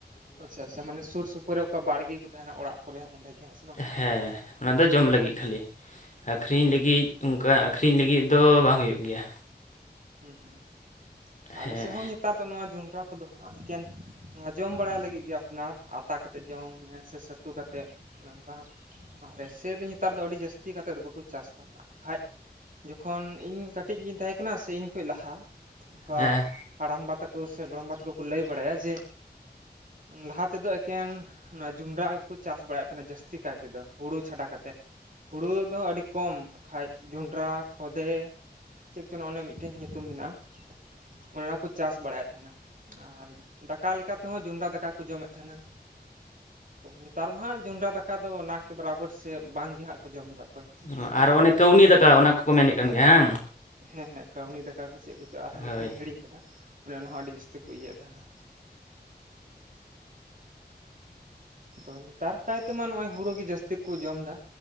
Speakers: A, on the right; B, on the left.
A: ᱟᱪᱪᱷᱟ ᱟᱪᱪᱷᱟ, ᱢᱟᱱᱮ ᱥᱩᱨ-ᱥᱩᱯᱩᱨ ᱨᱮ ᱚᱠᱟ ᱵᱟᱲᱜᱮ ᱠᱚ ᱛᱟᱦᱮᱱᱟ ᱚᱲᱟᱜ ᱠᱚᱨᱮ ᱦᱚᱸ ᱚᱸᱰᱮ ᱜᱮ ᱵᱟᱝ
B: ᱦᱮᱸ ᱚᱱᱟᱫᱚ ᱡᱚᱢ ᱞᱟᱹᱜᱤᱫ ᱠᱷᱟᱹᱞᱤ ᱟᱹᱠᱷᱨᱤᱧ
A: ᱦᱮᱸ
B: ᱞᱟᱹᱜᱤᱫ ᱚᱱᱠᱟ ᱟᱹᱠᱷᱨᱤᱧ ᱞᱟᱹᱜᱤᱫ ᱫᱚ ᱵᱟᱝ ᱦᱩᱭᱩᱜ ᱜᱮᱭᱟ,
A: ᱩᱸ ᱦᱩᱸ ᱟᱞᱮ
B: ᱦᱮᱸ
A: ᱥᱮᱫ ᱦᱚᱸ ᱧᱮᱯ ᱱᱮᱛᱟᱨ ᱫᱚ ᱱᱚᱣᱟ ᱡᱚᱸᱰᱨᱟ ᱠᱚᱫᱚ ᱦᱟᱸᱜ ᱮᱠᱮᱱ ᱱᱚᱣᱟ ᱡᱚᱢ ᱵᱟᱲᱟ ᱞᱟᱹᱜᱤᱫ ᱜᱮ ᱟᱯᱱᱟᱨ ᱟᱛᱟ ᱠᱟᱛᱮᱫ ᱡᱚᱢ ᱦᱮᱸ ᱥᱮ ᱩᱛᱩ ᱠᱟᱛᱮᱜ ᱱᱚᱝᱠᱟ ᱦᱚᱸ ᱦᱚᱸ ᱮᱭᱥᱮ ᱫᱚ ᱱᱮᱛᱟᱨ ᱫᱚ ᱟᱹᱰᱤ ᱡᱟᱹᱥᱛᱤ ᱠᱟᱛᱮᱫ ᱫᱚ ᱵᱟᱠᱚ ᱪᱟᱥ ᱮᱫᱟ ᱾ ᱟᱠᱷᱟᱡ ᱡᱚᱠᱷᱚᱱ ᱤᱧ ᱠᱟᱹᱴᱤᱡ ᱜᱤᱧ ᱛᱟᱸᱦᱮ ᱠᱟᱱᱟ ᱥᱮ ᱤᱧ ᱠᱷᱚᱱ ᱞᱟᱦᱟ ᱚᱱᱠᱟᱜ
B: ᱦᱮᱸ
A: ᱦᱟᱲᱟᱢᱵᱟ ᱛᱮᱠᱚ ᱥᱮ ᱜᱚᱲᱚᱢᱵᱟ ᱛᱮᱠᱚ ᱠᱚ ᱞᱟᱹᱭ ᱵᱟᱲᱟᱭᱟ, ᱡᱮ ᱞᱟᱦᱟ ᱛᱮᱫᱚ ᱮᱠᱮᱱ ᱱᱚᱣᱟ ᱡᱚᱸᱰᱨᱟ ᱜᱮᱠᱚ ᱪᱟᱥ ᱵᱟᱲᱟᱭᱮᱫ ᱛᱟᱦᱮᱱᱟ, ᱡᱟᱹᱥᱛᱤ ᱠᱟᱭ ᱛᱮᱫᱚ ᱦᱩᱲᱩ ᱪᱷᱟᱰᱟ ᱠᱟᱛᱮᱜ ᱾ ᱦᱩᱲᱩ ᱫᱚ ᱟᱹᱰᱤ ᱠᱚᱢ ᱵᱟᱠᱷᱟᱡ ᱡᱚᱸᱰᱨᱟ ᱠᱷᱚᱫᱮ ᱪᱮᱫ ᱪᱚᱝ ᱚᱱᱮ ᱢᱤᱫ ᱢᱤᱫᱴᱮᱱ ᱧᱩᱛᱩᱢ ᱢᱮᱱᱟᱜᱼᱟ ᱚᱱᱟ ᱠᱚ ᱪᱟᱥ ᱵᱟᱲᱟᱭᱮᱫ ᱛᱟᱦᱮᱱᱟ ᱾ ᱟᱨ ᱫᱟᱠᱟ ᱞᱮᱠᱟ ᱛᱮᱦᱚᱸ ᱡᱚᱸᱰᱨᱟ ᱫᱟᱠᱟ ᱠᱚ ᱡᱚᱢᱮᱫ ᱛᱟᱦᱮᱱᱟ, ᱱᱮᱛᱟᱨ ᱢᱟ ᱦᱟᱸᱜ ᱡᱚᱸᱰᱨᱟ ᱫᱟᱠᱟ ᱫᱚ ᱱᱟᱠᱮ ᱵᱟᱨᱟᱵᱚᱨ ᱥᱮ ᱵᱟᱝᱜᱮ ᱦᱟᱸᱜ ᱠᱚ ᱡᱚᱢᱮᱫᱟ
B: ᱦᱚᱸ ᱟᱨ ᱚᱱᱮ ᱛᱚ ᱩᱱᱤ ᱫᱟᱠᱟ ᱚᱱᱟ ᱠᱚᱠᱚ ᱢᱮᱱᱮᱫ ᱠᱟᱱ ᱜᱮᱭᱟ ᱵᱟᱝ
A: ᱦᱮᱸ ᱦᱮᱸ ᱠᱟᱹᱣᱱᱤ ᱫᱟᱠᱟ ᱠᱚ ᱪᱮᱫ ᱠᱚᱪᱚ ᱟᱨᱦᱚᱸ
B: ᱦᱳᱭ
A: ᱢᱤᱫᱴᱮᱱᱤᱧ ᱦᱤᱲᱤᱧ ᱟᱠᱟᱫᱟ ᱚᱱᱮ ᱚᱱᱟᱦᱚᱸ ᱟᱹᱰᱤ ᱡᱟᱹᱥᱛᱤ ᱠᱚ ᱤᱭᱮᱫ ᱛᱟᱦᱮᱸᱱᱟ ᱛᱚ ᱱᱮᱛᱟᱨ ᱠᱟᱭᱛᱮᱢᱟ ᱱᱚᱜ ᱚᱭ ᱦᱩᱲᱩ ᱜᱮ ᱡᱟᱹᱥᱛᱤ ᱠᱚ ᱡᱚᱢ ᱫᱟ᱾